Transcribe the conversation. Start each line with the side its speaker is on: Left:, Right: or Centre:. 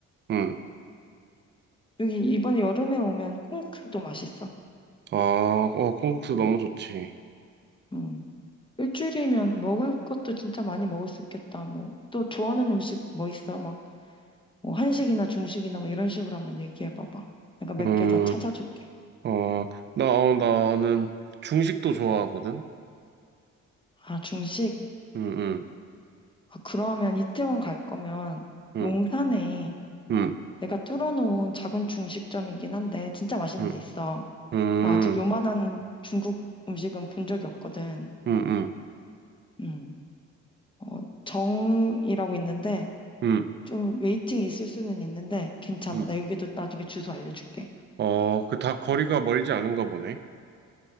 Right: 음.
Left: 여기 이번에 여름에 오면 콩국수도 맛있어.
Right: 아, 어, 콩국수
Left: 음,
Right: 너무 좋지.
Left: 음. 일주일이면 먹을 것도 진짜 많이 먹을 수 있겠다. 뭐 또 좋아하는 음식 뭐 있어? 막 뭐 한식이나 중식이나 뭐 이런 식으로 한번 얘기해 봐봐. 내가 몇
Right: 음,
Left: 개 더 찾아줄게.
Right: 어, 나, 어, 나는 중식도 좋아하거든.
Left: 아, 중식?
Right: 음, 음,
Left: 아, 그러면 이태원 갈 거면
Right: 음,
Left: 용산에
Right: 음,
Left: 내가 뚫어놓은 작은 중식점이긴 한데 진짜 맛있는
Right: 음,
Left: 데 있어.
Right: 음,
Left: 나 아직 요만한 중국 음식은 본 적이 없거든.
Right: 음, 음,
Left: 음. 어, 정이라고 있는데
Right: 음.
Left: 좀 웨이팅이 있을 수는 있는데 괜찮아.
Right: 음.
Left: 나 여기도 나중에 주소 알려줄게.
Right: 어, 그 다 거리가 멀지 않은가 보네.